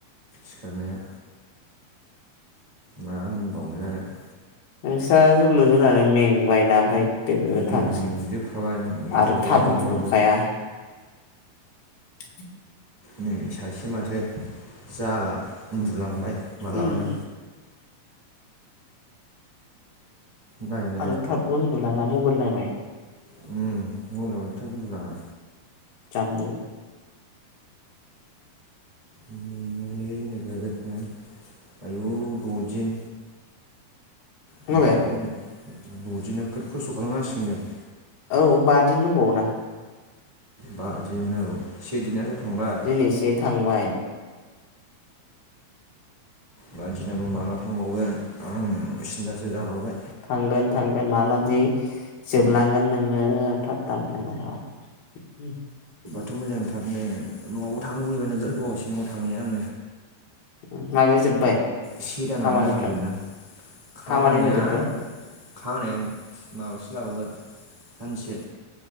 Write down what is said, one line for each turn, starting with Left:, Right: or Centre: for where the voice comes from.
Right: सिखारनाया। मा होनबावनो आरो
Left: नोंसा जोलुर जोनानै मेंबायना ओमफ्राय दो
Right: मेंजोबखाबाय
Left: थांसै
Right: उफाय
Left: आरो
Right: गैया
Left: थाब
Right: मेंबाबो
Left: ऊन्दुबावखाया <inaudible>
Right: नै सासे माथो जाला। उन्दुलांबाय मालाबानो
Left: उम
Right: नायनो
Left: आरो थाबबो उन्दुलाना मबाइल नायबाय <inaudible>
Right: हम मोनायावबो थाब उन्दुलाङा।
Left: जामबुं
Right: उम लै नोगोद नो आयु द'दिन
Left: खोनाबाय
Right: गैलालैनो द'दिन नोखोर खस्त' खालामनांसिगोन जों।
Left: औ बादिन दंबाववोना।
Right: बा दिन औ। से दिनाथ' थांबाय
Left: दिनैसे थांबाय।
Right: बादिनाबा माला थांबावगोन आं सिन्थासो जाहरबाय।
Left: थांगोन थांगोन मालादि जोबलांगोन नों? नों पात्ता मोननाय नङा आरो
Right: थ' मोजांथाबनो। न'आवबो थानो लैबाय नोगोर गोबावसिनमोन। थांनि आङो
Left: माबाया जोब्बाय?
Right: से दानानै
Left: खामानिफ्रा
Right: जाफैबायदां खामानिया
Left: खामानिफ्रा जोब्बाय
Right: खामानिया माबासो लाबावगोन सानसे